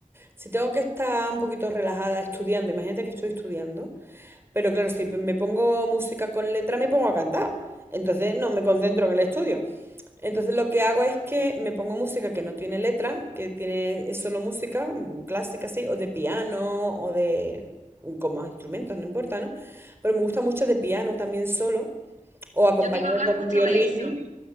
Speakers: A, on the right; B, on the right.
A: si tengo que estar un poquito relajada estudiando, imagínate que estoy estudiando pero claro, si me pongo música con letra, me pongo a cantar. Entonces no me concentro en el estudio. Entonces lo que hago es que me pongo música que no tiene letra, que tiene, es solo música mm, clásica así, o de piano, o de, mm, con más instrumentos, no importa, ¿no? Pero me gusta mucho de piano también solo, o acompañado
B: Yo te iba a hablar
A: con
B: justo
A: violín.
B: de eso.